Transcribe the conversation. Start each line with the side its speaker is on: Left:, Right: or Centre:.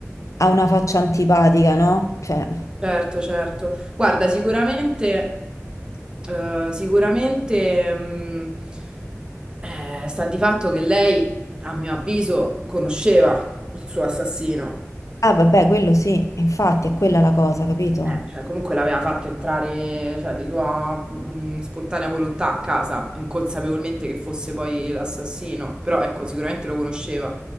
Left: ha una faccia antipatica, no? Cioè,
Right: Certo, certo. Guarda, sicuramente, eh, sicuramente, mh, eh, sta di fatto che lei, a mio avviso, conosceva il suo assassino.
Left: Ah, vabbè, quello sì, infatti è quella la cosa, capito?
Right: Eh, cioè, comunque l'aveva fatto entrare, cioè, di sua, mh, spontanea volontà a casa, inconsapevolmente che fosse poi l'assassino. Però, ecco, sicuramente lo conosceva.